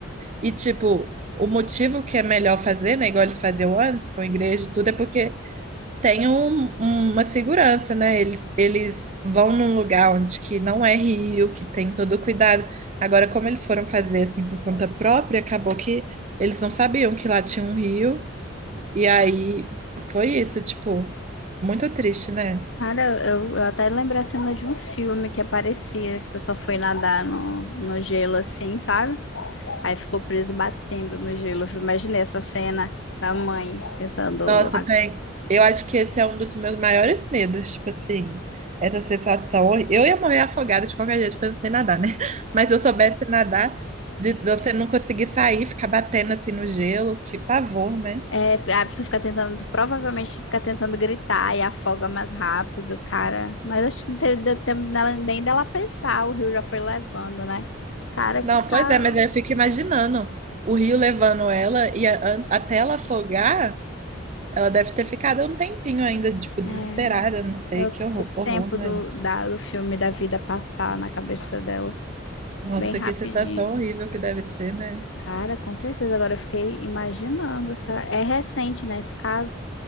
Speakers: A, on the right; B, on the left.
A: e tipo, o motivo que é melhor fazer, né? Igual eles faziam antes com a igreja e tudo, é porque tem um- uma segurança, né? Eles, eles vão num lugar onde que não é rio, que tem todo o cuidado. Agora, como eles foram fazer assim por conta própria, acabou que eles não sabiam que lá tinha um rio, e aí foi isso, tipo, muito triste, né?
B: Cara, eu, eu até lembrei a cena de um filme que aparecia, que a pessoa foi nadar no, no gelo assim, sabe? Aí ficou preso batendo no gelo. viu? Imaginei essa cena da mãe tentando.
A: Nossa, tem. Eu acho que esse é um dos meus maiores medos, tipo assim, essa sensação. hor- Eu ia morrer afogada de qualquer jeito, porque eu não sei nadar, né? <laughs> Mas se eu soubesse nadar, de de você não conseguir sair, ficar batendo assim no gelo, que pavor, né?
B: É, a pessoa fica tentando, provavelmente fica tentando gritar e afoga mais rápido, cara. Mas acho que não teve deu tempo dela- nem dela pensar, o rio já foi levando, né? Cara, que
A: Não,
B: cara.
A: pois é, mas aí eu fico imaginando o rio levando ela e a- an- até ela afogar, ela deve ter ficado um tempinho ainda, tipo, desesperada,
B: É,
A: não sei,
B: deu,
A: que horror,
B: deu
A: horror,
B: tempo
A: né?
B: do, da, do filme da vida passar na cabeça dela,
A: Nossa,
B: bem rapidinho.
A: que sensação horrível que deve ser, né?
B: Cara, com certeza. Agora eu fiquei imaginando. Essa... É recente, né, esse caso?